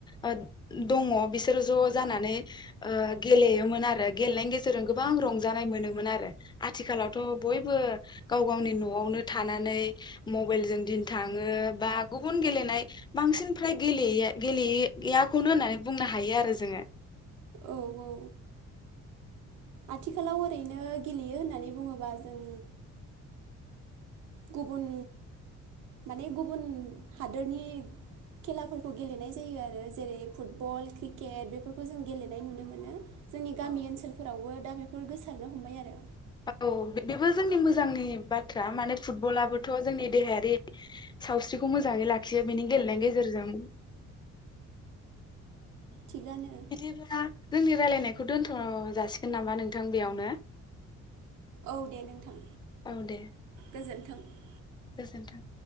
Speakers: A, on the left; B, on the right.
A: ओ दङ बिसोरो ज' जानानै ओ गेलेयोमोन आरो गेलेनायनि गेजेरजों गोबां रंजानाय मोनोमोन आरो। आथिखालावथ' बयबो गाव गावनि न'आवनो थानानै मबेलजों दिन थाङो बा गुबुन गेलेनाय बांसिन फ्राय गेलेये-गेलेये-याखौनो होननानै बुंनो हायो आरो जोङो।
B: औ औ आथिखालाव ओरैनो गेलेयो होननानै बुङोबा जों गुबुन माने गुबुन हादोरनि खेलाफोरखौ गेलेनाय जायो आरो जेरै फुटबल, क्रिकेट बेफोरखौ जों गेलेनाय नुनो मोनो। जोंनि
A: औ
B: गामि ओनसोलफोरावबो दा बेफोर गोसा सारनो हमबाय आरो।
A: औ बेबो जोंनि मोजांनि बाथ्रा माने फुटबलाबोथ' जोंनि देहायारि सावस्रिखौ मोजाङै लाखियो बेनि गेलेनायनि गेजेरजों
B: थिगानो
A: बिदिब्ला जोंनि रायलायनायखौ खौ दोन्थ' जासिगोन नामा नोंथां बेयावनो?
B: औ दे नोंथां
A: औ दे
B: गोजोनथों थों
A: गोजोन्थों।